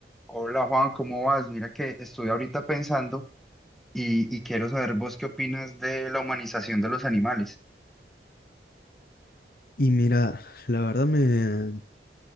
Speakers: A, in the centre; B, on the left (about 55°).
A: Hola Juan, ¿cómo vas? Mira que estoy ahorita pensando y, y quiero saber vos qué opinas de la humanización de los animales.
B: Y mira, la verdad me,